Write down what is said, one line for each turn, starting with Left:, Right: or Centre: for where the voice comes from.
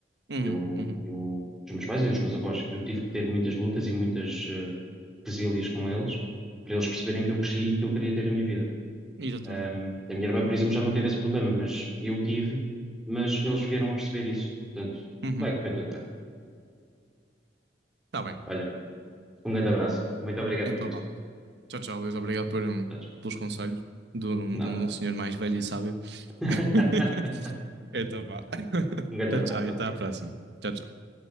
Right: Uhum,
Centre: Eu,
Right: uhum.
Centre: eu, dos meus pais e dos meus avós, eu tive que ter muitas lutas e muitas eh, resílias com eles, para eles perceberem que eu cresci e que eu queria ter a minha vida.
Right: Exatamente.
Centre: Ahm, a minha irmã, por exemplo, já não teve esse problema, mas eu tive, mas eles vieram a perceber isso. Portanto,
Right: Uhum.
Centre: vai correr tudo bem.
Right: Tá bem.
Centre: Olha, um grande abraço. Muito obrigado
Right: Então
Centre: por isto.
Right: vá. Tchau, tchau, Luís. Obrigado por, hum,
Centre: Tchau, tchau.
Right: pelos conselhos de, um
Centre: Nada.
Right: de um- de um senhor mais velho e sábio.
Centre: <laughs>
Right: <laughs> Então vá. <laughs>
Centre: Um grande
Right: Tchau,
Centre: abraço.
Right: tchau. E
Centre: Obrigado.
Right: até à próxima. Tchau, tchau.